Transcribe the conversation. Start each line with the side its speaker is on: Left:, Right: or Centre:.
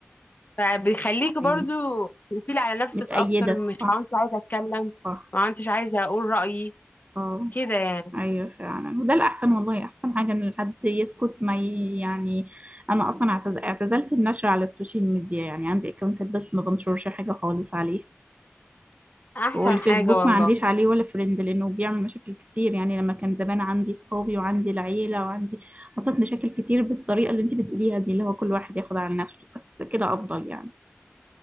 Left: فبيخليك برضو
Right: ايوه
Left: تقفيل على نفسك
Right: متأيدة
Left: أكتر مش
Right: صح
Left: عارفة عايزة أتكلم
Right: صح
Left: ما عدتش عايزة أقول رأيي
Right: اه
Left: كده يعني
Right: ايوه فعلا وده الاحسن والله احسن حاجه ان الحد يسكت ما ي... يعني انا اصلا اعتز... اعتزلت النشر على السوشيال ميديا يعني عندي اكونتات بس ما بنشرش حاجه خالص عليه
Left: أحسن
Right: والفيسبوك
Left: حاجة والله
Right: ما عنديش عليه ولا فريند لانه بيعمل مشاكل كتير يعني لما كان زمان عندي صحابي وعندي العيله وعندي حصلت مشاكل كتير بالطريقه اللي انت بتقوليها دي اللي هو كل واحد ياخد على نفسه بس كده افضل يعني